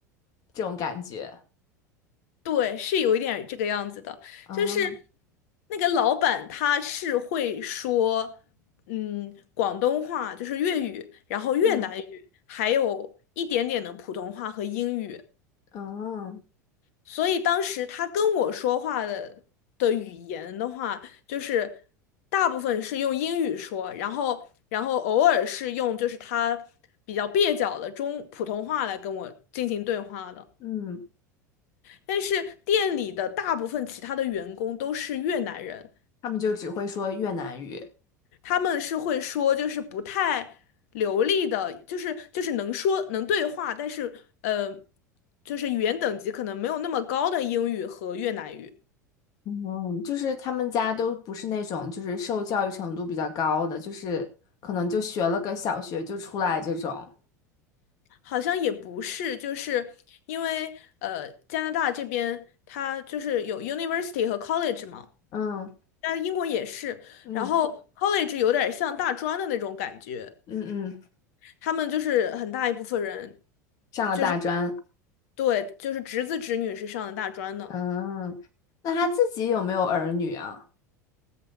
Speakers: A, on the left; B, on the left.
A: 这种感觉。
B: 对，是有一点这个样子的，
A: 啊，
B: 就是那个老板他是会说，嗯，广东话就是粤语，然后越南语，
A: 嗯
B: 还有一点点的普通话和英语，
A: 嗯
B: 所以当时他跟我说话的的语言的话，就是大部分是用英语说，然后然后偶尔是用就是他比较蹩脚的中普通话来跟我进行对话的。
A: 嗯，
B: 但是店里的大部分其他的员工都是越南人，
A: 他们就只会说越南语。
B: 他们是会说就是不太流利的，就是就是能说能对话，但是呃，就是语言等级可能没有那么高的英语和越南语，
A: 嗯，就是他们家都不是那种就是受教育程度比较高的，就是可能就学了个小学就出来这种。
B: 好像也不是，就是因为呃加拿大这边它就是有 university 和 college 嘛，
A: 嗯
B: 但英国也是，
A: 嗯
B: 然后 college 有点像大专的那种感觉。
A: 嗯嗯，
B: 他们就是很大一部分人，
A: 上了大专。
B: 就是对，就是侄子侄女是上的大专的。
A: 嗯，那他自己有没有儿女啊？